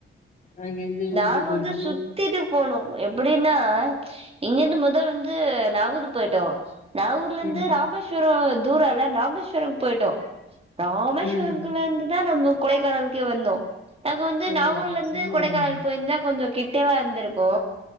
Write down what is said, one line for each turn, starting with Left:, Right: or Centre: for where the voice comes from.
Left: அங்கேருந்து
Right: நாங்க
Left: ஊட்டி போயிட்டு
Right: வந்து சுத் சுத்திட்டு போனோ எப்படின்னா இங்கேந்து மொதல் வந்து நாகூர் போயிட்டோ நாகூர்ல இருந்து
Left: ம்.
Right: ராமேஸ்வரம் தூரோல்ல ராமேஸ்வரதுக்கு போயிட்டோ ராமேஸ்வரக்குல
Left: ம்.
Right: இருந்து தா நம்ம கொடைக்கானலுக்கே வந்தோ நாங்க வந்து
Left: ஓ!
Right: நாகூர்லந்து
Left: ரொம்ப
Right: கொடைக்கானல்
Left: லாங்கு.
Right: போயிருந்தா கொஞ்சோ கிட்டேவா இருந்திருக்கூ